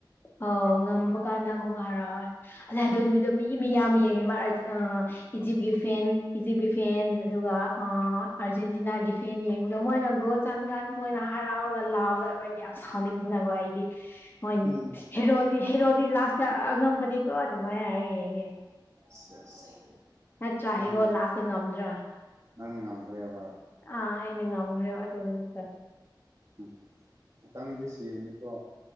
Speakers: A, on the left; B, on the right.
A: ꯑꯧ ꯉꯝꯕ ꯀꯥꯟꯗ ꯑꯃꯨꯛ ꯍꯔꯥꯎꯋꯦ ꯑꯗꯩ ꯑꯗꯨ ꯅꯨꯃꯤꯗꯣ ꯃꯤ ꯃꯌꯥꯝ ꯌꯦꯡꯉꯦꯕ <unintelligible> ꯑꯥ ꯏꯖꯤꯞꯀꯤ ꯐꯦꯟ ꯏꯖꯤꯞꯀꯤ ꯐꯦꯟ ꯑꯗꯨꯒꯥ ꯑꯥ ꯑꯥꯔꯖꯦꯟꯇꯤꯅꯥꯒꯤ ꯐꯦꯟ ꯌꯦꯡꯕꯗꯣ ꯃꯣꯏꯅ ꯒꯣꯜ ꯆꯟꯕ ꯀꯥꯟꯗ ꯃꯣꯏꯅ ꯍꯔꯥꯎꯔꯒ ꯂꯥꯎꯕꯗ ꯑꯈꯣꯏꯗꯤ ꯌꯥꯝ ꯁꯥꯎꯅꯤꯡꯗꯅꯀꯣ ꯑꯩꯗꯤ ꯃꯣꯏ
B: ꯎꯝ
A: ꯍꯦꯔꯣꯗꯤ ꯍꯦꯔꯣꯗꯤ ꯂꯥꯁꯇ ꯑꯉꯝꯕꯅꯤꯀꯣ ꯑꯗꯨꯃꯥꯏ ꯍꯥꯏꯔ ꯌꯦꯡꯉꯦ
B: ꯁꯦꯁ <unintelligible>
A: ꯅꯠꯇ꯭ꯔꯥ
B: ꯅꯪ
A: ꯍꯦꯔꯣ ꯂꯥꯁꯇ ꯉꯝꯗ꯭ꯔꯥ
B: ꯅꯪꯅ ꯉꯝꯒ꯭ꯔꯦꯕꯥ
A: ꯑꯥ ꯑꯩꯅ ꯉꯝꯒ꯭ꯔꯦꯕ ꯑꯗꯨ ꯅꯨꯃꯤꯠꯇꯨ
B: ꯎꯝ ꯃꯊꯪꯗꯤ ꯁꯤꯔꯅꯤꯀꯣ